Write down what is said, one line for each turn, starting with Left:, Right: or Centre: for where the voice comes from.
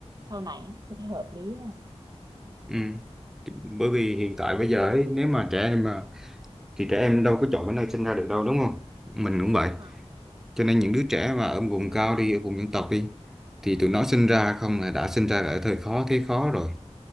Right: sau này tôi thấy hợp lý nha
Centre: Ừ. Bởi vì hiện tại bây giờ ấy, nếu mà trẻ em mà thì trẻ em đâu có chọn cái nơi sinh ra được đâu đúng không? Mình cũng vậy.
Right: đúng rồi
Centre: Cho nên những đứa trẻ mà ở vùng cao đi, ở vùng dân tộc đi thì tụi nó sinh ra không là đã sinh ra ở thời khó thế khó rồi.